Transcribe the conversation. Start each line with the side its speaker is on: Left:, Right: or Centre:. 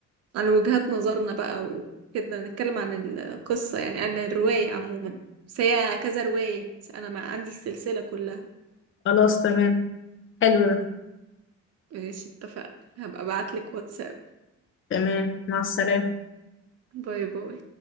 Right: عن وجهات نظرنا بقى وكده نتكلم عن القصة يعني عن الرواية عموما بس هي كذا رواية بس أنا مع عندي السلسلة كلها
Left: خلاص تمام حلو ده
Right: ماشي اتفق هبقى ابعتلك واتساب
Left: تمام مع السلامة
Right: باي باي